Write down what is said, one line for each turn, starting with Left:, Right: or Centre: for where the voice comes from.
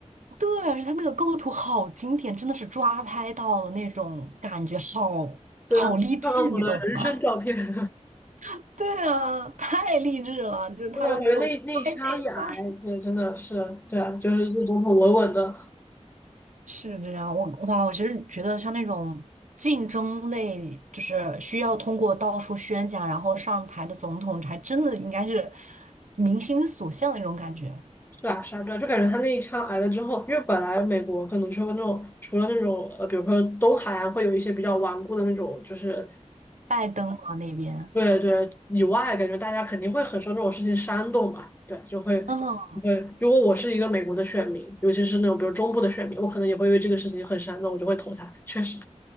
Right: 对，而且它那个构图好经典，真的是抓拍到了那种感觉好，
Left: 对啊，
Right: 好励志，
Left: 特朗普的人生照片，
Right: 你懂吗？
Left: <laughs>
Right: <laughs> 对啊，太励志了，就是他到最后摔这一摔。
Left: 对吧？感觉那那一枪一挨，对，真的是，对啊，就是这总统稳稳的，
Right: 是这样，我哇，我其实觉得像那种竞争类，就是需要通过到处宣讲，然后上台的总统，还真的应该是民心所向的那种感觉。
Left: 是啊，是啊，对啊，就感觉他那一枪挨了之后，因为本来美国可能就了那种，除了那种呃，比如说东海岸会有一些比较顽固的那种，就是
Right: 拜登啊那边，
Left: 对对以外，感觉大家肯定会很受这种事情煽动嘛，对，就会
Right: 嗯，
Left: 对。如果我是一个美国的选民，尤其是那种比如中部的选民，我可能也会因为这个事情很煽动，我就会投他。确实，